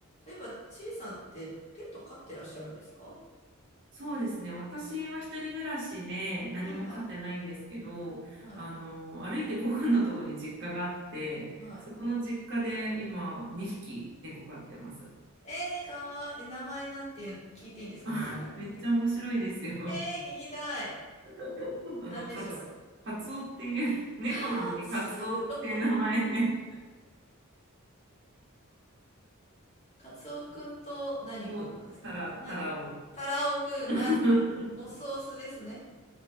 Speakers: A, on the left; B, on the right.
A: 例えば、ちいさんってペット飼ってらっしゃるんですか
B: そうですね。私は一人暮らしで何も飼ってないんですけど、
A: はいはい。はい。
B: あの、歩いて5分のとこに実家があって、
A: はい。
B: そこの実家で今2匹猫飼ってます。
A: えー、かわいい。名前なんていう聞いていいんですか、
B: <laughs>
A: 名前。
B: めっちゃ面白いですよ。
A: えー、聞きたい。
B: <laughs> あの、
A: なんでしょう。
B: カツ、カツオっていう、猫なのにカツオっていう名前で、
A: カツ <laughs> カツオくんと何くんなんですか何タラオくん。
B: そうそうタラ、タラを。<laughs>
A: あ、オスオスですね。